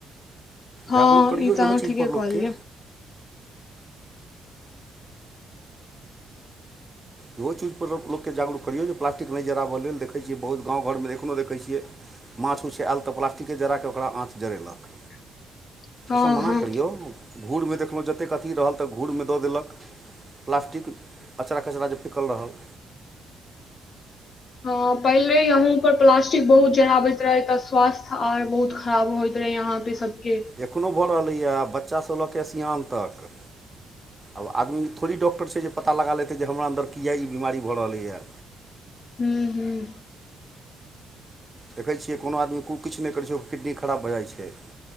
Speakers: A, on the left; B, on the right.
A: हँ
B: जागरूक करियौ
A: ई तऽ
B: इहो
A: अहाँ
B: चीजपर
A: ठीके कहलियै
B: लोक के इहो चीजपर लोकके जागरूक करियौ जे प्लास्टिक नइ जराबय लेल देखै छियै बहुत गाँव घरमे एखनो देखै छियै माछ उछ आयल तऽ प्लास्टिके जरा कऽ ओकरा आँच जड़ेलक
A: <inaudible>
B: ओसभ मना
A: हँ
B: करियौ घूरमे देखलहुँ जतेक अथी रहल तऽ घूरमे दऽ देलक प्लास्टिक अचरा कचरा जे सिखल रहल
A: हँ पहिले यहूं पर प्लास्टिक बहुत जराबैत रहे तऽ स्वास्थ्य आर बहुत खराब होयइत रहे यहां पे सब के
B: एखनो भऽ रहलैए बच्चासभ लऽ कऽ सिआन तक आब आदमी थोड़े डॉक्टर छै जे पता लगा लेते जे हमरा अन्दर किए ई बीमारी भऽ रहलैए
A: हूँ हूँ
B: देखै छियै कोनो आदमीे कु किछु नइ करै छै ओकर किडनी खराब भऽ जाइ छै